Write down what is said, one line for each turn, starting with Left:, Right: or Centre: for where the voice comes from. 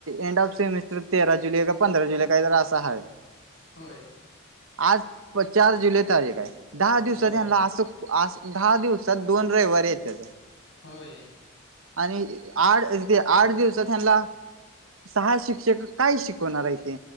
Right: एंड ऑफ सेमिस्टर तेरा जुलै का पंधरा जुलै काही तर असा आहे
Left: हो
Right: आज चार जुलै तारीख आहे दहा दिवसात
Left: होय
Right: अस दहा दिवसात दोन वरय येत
Left: होय
Right: आणि आठथे आठ दिवसात ह्यांला सहा शिक्षक काय शिकवणार हायती